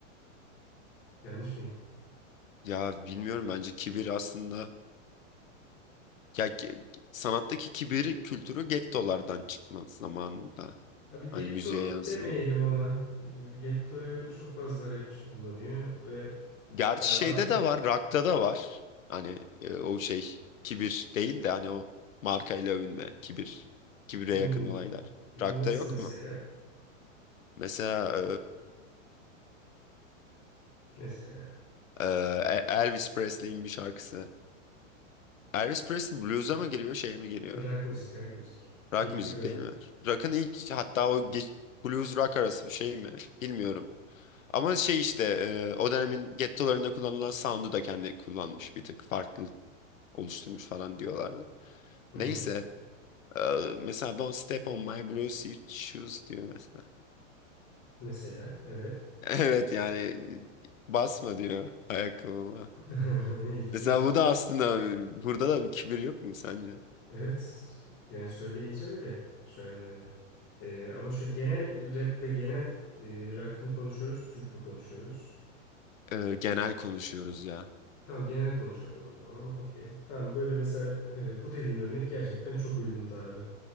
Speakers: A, on the left (about 35°); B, on the left (about 85°).
A: Yanlış mıyım?
B: Ya bilmiyorum bence kibir aslında ya ki- sanattaki kibir kültürü gettolardan çıkma zamanında.
A: Abi getto
B: Hani müziğe yansıyor.
A: demeyelim ona. E, Gettoyu çok fazla rapçi kullanıyor ve
B: Gerçi
A: e, artık
B: şeyde de var, rock'ta da var. Hani e, o şey kibir değil de hani o markayla övünme, kibir, kibire
A: hmm,
B: yakın olaylar.
A: nasıl
B: Rock'ta yok
A: mesela?
B: mu? Mesela
A: Mesela.
B: e, e, Elvis Presley'in bir şarkısı. Elvis Presley blues'a mı giriyor, şeye mi giriyor?
A: Rock müzik, rock müzik
B: Rock
A: diyebiliyorum.
B: müzik değil mi? Rock'ın ilk hatta o geç, blues rock arası bir şey mi? Bilmiyorum. Ama şey işte e, o dönemin gettolarında kullanılan sound'u da kendi kullanmış bir tık farklı oluşturmuş falan diyorlardı.
A: Hı
B: Neyse
A: hı.
B: e, mesela Don't Step on My Blue Shoes diyor mesela. <laughs>
A: Mesela, evet.
B: Evet yani basma diyor ayakkabıma.
A: <laughs> İlginç.
B: Mesela bu da aslında burada da bir kibir yok mu sence?
A: Evet, yani söyleyince öyle. Şu an öyle. Ee, ama şu genel rap ve genel e, rock mı konuşuyoruz, Türk mü konuşuyoruz?
B: Ee, genel konuşuyoruz ya.
A: Tamam, genel konuşalım o zaman. Okey. Tamam, böyle mesela e, bu dediğin örnek gerçekten çok uygundu abi.